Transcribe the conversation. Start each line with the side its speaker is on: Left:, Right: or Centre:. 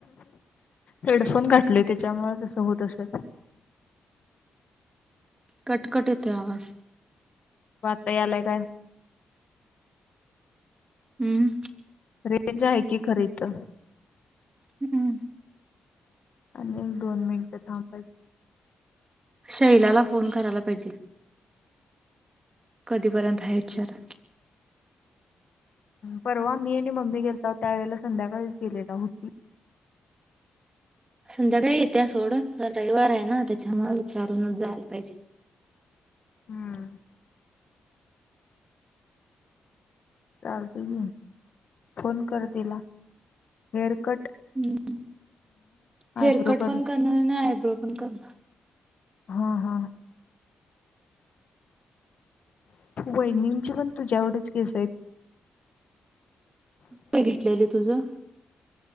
Left: हेडफोन घातलोय त्याच्यामुळे तसं होत असेल.
Right: कटकट येतोय आवाज.
Left: बग आता यालाय काय?
Right: हम्म.
Left: रेंज आहे की खरीद.
Right: हम्म.
Left: आणि एक दोन मिनिटं थांबाय.
Right: शैलाला फोन करायला पाहिजे. कधीपर्यंत हाचार.
Left: परवा मी आणि मम्मी गेलतहो त्यावेेळे संध्याकाळीच गेलेला होता.
Right: संध्याकाळी येते सोड उद्या रविवार आहे ना त्याच्या मला विचारून जायला पाहिजे.
Left: <inaudible> चालते मी. फोन कर तिला, हेअरकट.
Right: ह् हेअरकट
Left: आयब्रो कट
Right: पण करणार आणि आयब्रो पण करणार.
Left: हा हा. वैनीं जे पण तुझ्यावढच केसय.
Right: काय घेतलेले तुझं?